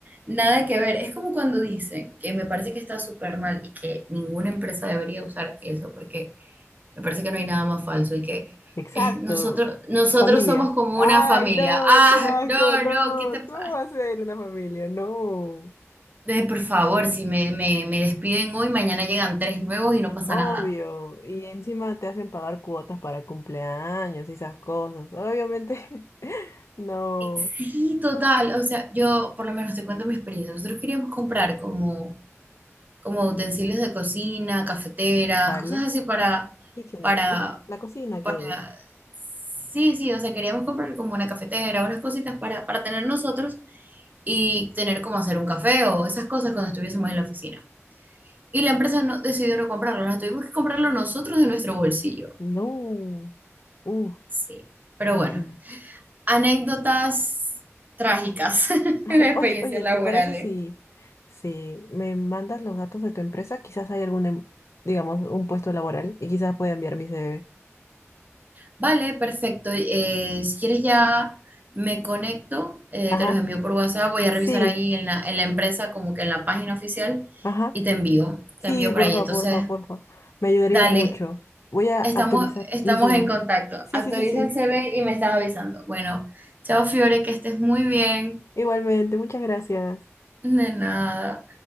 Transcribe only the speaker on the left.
Exacto.
Familia.
Ay,
no,
qué asco,
no.
¿Cómo va a ser una familia? No.
Obvio,
y encima te hacen pagar cuotas para cumpleaños y esas cosas. Obviamente, <laughs> no
vale.
Kitchenit,
¿no? La cocina que hay.
ahí.
No. Uf,
imagina.
<laughs>
Oye, oye,
¿te parece si, si me mandas los datos de tu empresa? Quizás hay algún, em- digamos, un puesto laboral y quizás pueda enviar mi CV.
Ajá.
Sí,
ajá.
Sí,
porfa,
porfa, porfa. Me ayudaría
mucho. Voy a
actualizar
mi CV.
Sí,
sí, sí, sí.
Igualmente, muchas gracias.